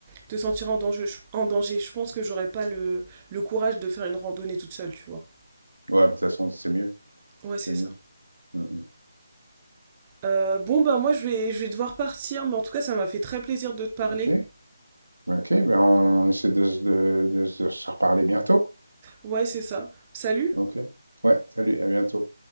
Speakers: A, on the right (about 20°); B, on the right (about 85°).
A: te sentir en danger. En danger. Je pense que j'aurais pas le, le courage de faire une randonnée toute seule, tu vois.
B: Ouais, de toute façon, c'est mieux.
A: Ouais
B: C'est
A: c'est
B: mieux.
A: ça.
B: Mm, mm.
A: Euh, bon bah moi je vais je vais devoir partir, mais en tout cas ça m'a fait très plaisir de te parler.
B: Ok. Ok, ben on essaie de, se- de de se reparler bientôt.
A: Ouais c'est ça. Salut.
B: Ok. Ouais, salut, à bientôt.